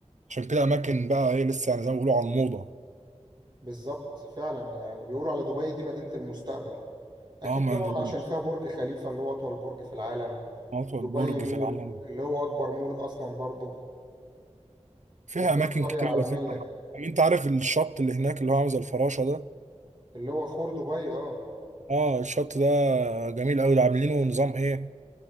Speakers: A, on the right; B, on the right.
A: عشان كده اماكن بقى ايه لسه يعني زي ما بيقولوا على الموضه
B: بالظبط فعلا يعني بيقولوا على دبي دي مدينه المستقبل أكيد
A: اه ما
B: طبعا
A: أنا-
B: عشان فيها برج خليفة اللي هو أطول برج في العالم
A: اطول
B: دبي
A: برج
B: مول
A: في العالم
B: اللي هو أكبر مول أصلا برضه
A: فيها
B: وفيها
A: اماكن
B: القرية
A: كتير
B: العالمية
A: على فكره يعني انت عارف الشط اللي هناك اللي هو عامل زي الفراشه ده
B: اللي هو خور دبي اه
A: اه الشط ده جميل قوي ده عاملينه نظام ايه